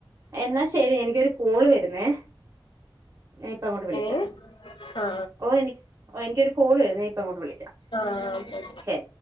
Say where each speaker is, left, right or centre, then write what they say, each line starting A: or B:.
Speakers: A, on the right; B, on the left.
A: എന്നാ ശരി എനിക്കൊരു കോള് വരുന്നേ. ഞാനിപ്പൊ അങ്ങോട്ട് വിളിക്കാം.
B: ഏ ആ
A: ഓഹ് എനി ഓഹ് എനിക്കൊരു കോള് വരുന്നേ. ഞാൻ ഇപ്പ അങ്ങോട്ട് വിളിക്കാം.
B: ആഹ് അതെയതെ
A: ശരി